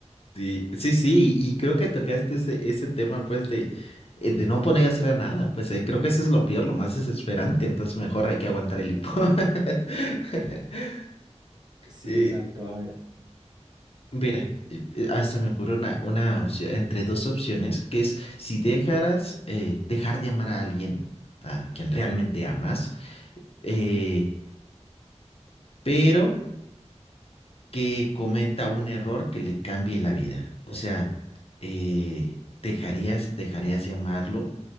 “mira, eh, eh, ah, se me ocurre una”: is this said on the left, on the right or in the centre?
Left